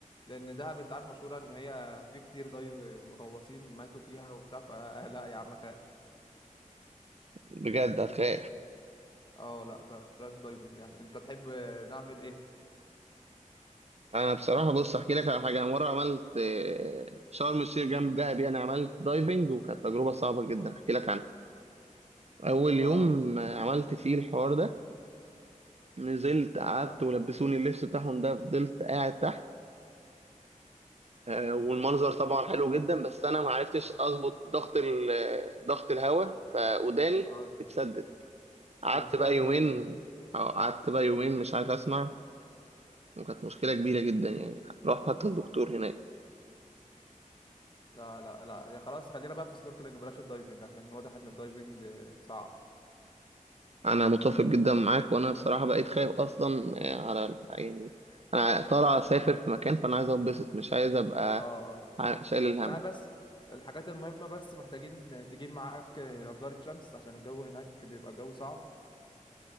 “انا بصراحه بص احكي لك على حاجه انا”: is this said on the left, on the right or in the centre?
Right